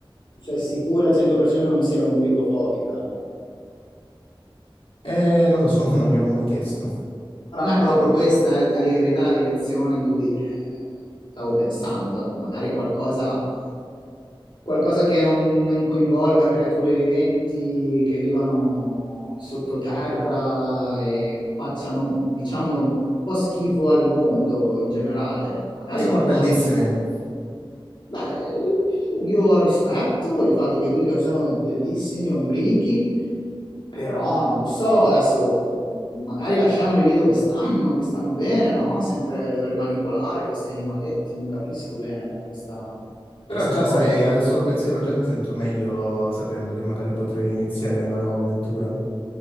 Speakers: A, on the left; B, on the left.
A: Cioè, sicura al 100% che non sia lombricofobica.
B: E non lo so, <laughs> non gliel'ho mai chiesto.
A: Però non è proprio questa, eh, a dire la verità, la direzione in cui eh, stavo pensando. Ecco, magari qualcosa, qualcosa che non, non coinvolga creature viventi che vivano sottoterra e facciano, diciamolo, un po' schifo al mondo in generale. Magari
B: Ma sono
A: qualcosa
B: bellissimi.
A: Beh, io rispetto il fatto che tu dica che sono bellissimi, lombrichi, però non lo so, adesso magari lasciamoli lì dove stanno, che stanno bene, no? Sempre per manipolare questi animaletti, non capisco bene questa,
B: Però
A: questa
B: già
A: cosa.
B: sai, adesso lo pensiero già mi sento meglio sapendo che magari potrei iniziare una nuova avventura.